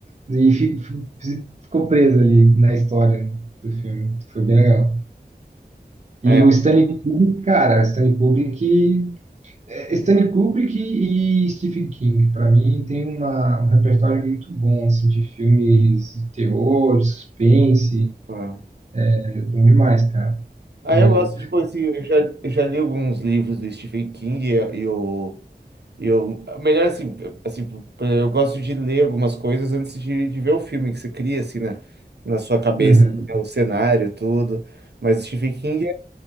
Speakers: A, on the right (about 40°); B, on the right (about 75°).
A: daí fi- fi- ficou presa ali na história do filme, foi bem legal. E
B: É,
A: o Stanley Kubrick, cara, o Stanley Kubrick é, Stanley Kubrick e Stephen King, para mim, tem uma- um repertório muito bom assim, de filmes de terror, de suspense.
B: é.
A: É bom demais, cara.
B: ah,
A: O...
B: eu gosto, tipo assim, eu já, eu já li alguns livros do Stephen King e eu, e eu melhor assim, assim, por exemplo, eu gosto de ler algumas coisas antes de, de ver o filme que você cria, assim, né? Na sua cabeça,
A: Uhum,
B: né, O cenário, tudo. Mas Stephen King